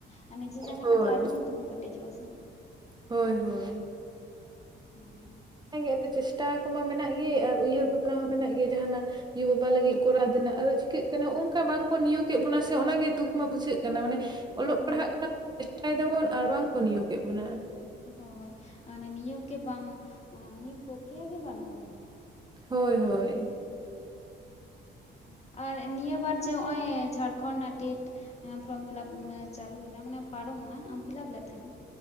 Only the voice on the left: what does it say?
ᱟᱨ ᱱᱤᱡᱮ ᱡᱟᱸᱜᱟᱸ
ᱛᱮᱫᱚ ᱟᱣᱨᱤ ᱵᱚᱱ ᱛᱤᱸᱜᱩ ᱠᱮᱴᱮᱡᱚᱜᱼᱟ ᱥᱮ᱾
ᱦᱮᱸ <inaudible>
ᱦᱳᱭ
ᱦᱳᱭ ᱟᱱᱮ ᱱᱤᱭᱚᱜ ᱜᱮ ᱵᱟᱝ ᱱᱤᱭᱚᱜ ᱯᱨᱚᱠᱨᱤᱭᱟ ᱜᱮ ᱵᱟᱱᱩᱜᱼᱟ᱾
ᱟᱨ ᱱᱤᱭᱟᱹ ᱵᱟᱨ ᱡᱮ ᱦᱸᱚᱜᱼᱚᱭ ᱡᱷᱟᱲᱠᱷᱚᱱ ᱱᱟᱜ ᱴᱮᱴ ᱮᱸᱻ ᱯᱷᱨᱚᱢ ᱯᱷᱤᱞᱟᱯ ᱪᱟᱞᱩᱭᱱᱟ ᱢᱟᱱᱮ ᱯᱟᱨᱚᱢᱱᱟ, ᱟᱢ ᱯᱷᱤᱞᱟᱯ ᱞᱮᱫ ᱛᱟᱸᱦᱮᱸ ᱱᱟᱢ?